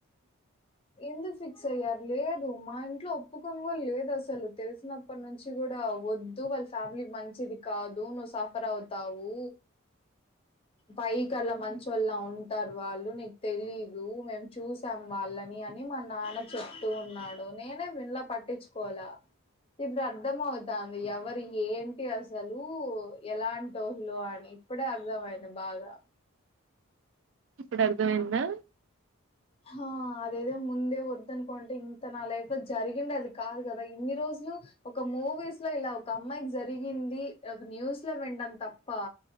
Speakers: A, on the left (about 25°); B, on the right (about 55°).
A: ఎందుకు ఫిక్స్ అయ్యారు లేదు మా ఇంట్లో ఒప్పు కోన్ గుడా లేదు అసలు తెలిసినప్పటి నుంచి గుడా వద్దు వాళ్ళ ఫ్యామిలీ మంచిది కాదు నువ్వు సఫర్ అవుతావు పైకి అలా మంచోల్ల ఉంటారు వాళ్ళు నీకు తెలీదు మేము చూసాం వాళ్ళని అని మా నాన్న చెప్తూ ఉన్నాడు నేనే విన్ల పట్టించుకోలా ఇప్పుడు అర్థం అవుతాంది ఎవరు ఏంటి అసలు ఎలాంటోలు అని ఇప్పుడే అర్ధం అయింది బాగా
B: ఇప్పుడు అర్థం అయ్యిందా
A: హా అదేదో ముందే వద్దనుకుంటే ఇంత నా లైఫ్ లో జరిగిండది కాదు కదా ఇన్ని రోజు ఒక మూవీస్ లో ఇలా ఒక అమ్మాయికి ఇలా జరిగింది ఒక న్యూస్ ల విండం తప్పా